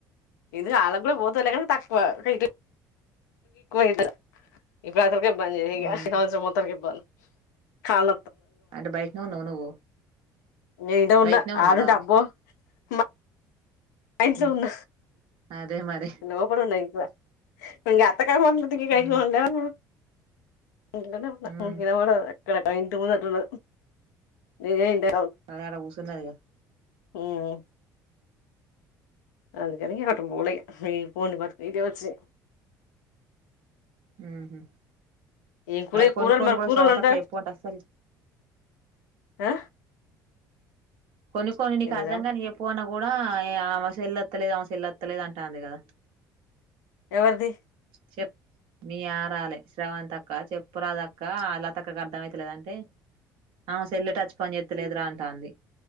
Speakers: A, on the left (about 85°); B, on the right (about 70°).
A: ఇది ఆల్లక్ కూడా పోతలె కని తక్కువ ఇగ ఇట్ ఇప్పురు అసలకే <unintelligible> ఇగ
B: మ్
A: ఇ సంవత్సరం మొత్తం ఇబ్బం కాల
B: అంటే బయట్నే ఉన్నావా నువ్వు
A: నే ఇంట ఉన్నా
B: బయటనే ఉన్నావా
A: ఆడుంట బ్బో మా ఆఇంట్లో
B: మ్
A: ఉన్నా,
B: అదే మరి
A: లోపడున్న ఇంట్ల ఇంఅ <unintelligible>
B: మ్
A: ఇంట్లనే ఉన్న
B: మ్
A: ఇంకినవడదు అక్కడకడ ఇంటి ముందర రుర, నేనేమో ఇంటా
B: అదే ఆడ కుసున్నది ఇగ
A: హుహు అందికని ఇగ అటు పోలే ఇగ ఇహ్ పోన్ బత్ ఇదే వచ్చి
B: మ్హు
A: ఏం కూర
B: ఆ కొన్ని
A: కూరల్
B: కొన్ని
A: మరి
B: కూడా
A: కూరలంత,
B: శ్రవంతక్క చెప్పుకుంట అస్సలు
A: ఆ
B: కొన్ని కొన్ని నీకు
A: ఏంటిదా
B: అర్థంగానీ యి చెప్పు అనవ్ కూడా ఆమె సెల్లోతలేదు ఆమె సెల్ల్లొత్తలేదు అంటాంది కదా
A: ఎవరిది
B: చెప్పు మీ ఆరాలే శ్రవణ తక్క చెప్పు రాదక్క లతక్కకు అర్థమయితలేదంటే ఆమె సెల్ టచ్ పనిచే తెలేదురా అంటుంది